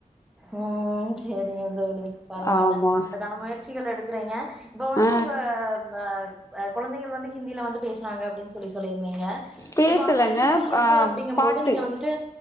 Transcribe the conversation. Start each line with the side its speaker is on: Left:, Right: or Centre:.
Centre: ம் சேரிங்க தோழி பரவாயில்ல
Left: ஆமா
Centre: அதுக்கான முயற்சிகள் எடுக்குறீங்க இப்ப வந்து
Left: ஆ
Centre: உங்க அந்த குழந்தைங்க வந்து ஹிந்தியில வந்து பேசுறாங்க அப்டின்னு சொல்லி சொல்லியிருந்தீங்கல
Left: பேசலங்க
Centre: இப்ப அந்த மாதிரி ஹிந்தி இருக்கு
Left: ஆ
Centre: அப்படிங்க
Left: பாட்டு
Centre: போது நீங்க வந்துட்டு